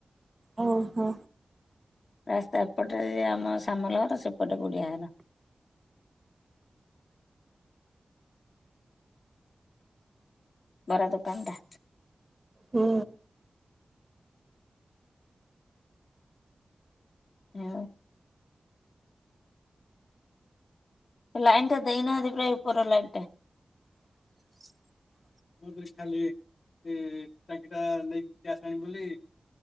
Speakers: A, on the right (about 25°); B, on the left (about 65°).
A: ଓ ହୋ।
B: ରାସ୍ତା ଏପଟେ ଆମ ସାମଲ ଘର ସେପଟେ ଗୁଡ଼ିଆ ଘର। ବରା ଦୁୋକାନ ଟା
A: ହୁଁ।
B: ହଁ। ଲାଇନ୍ ଟା ଦେଇନାହାନ୍ତି ପ୍ରାୟ ଉପରର ଲାଇନ୍ ଟା।
A: <inaudible>
B: ବ ଖାଲି ଏ ଟାଙ୍କିଟା ନେଇକି ଆସଣି ବୋଲି।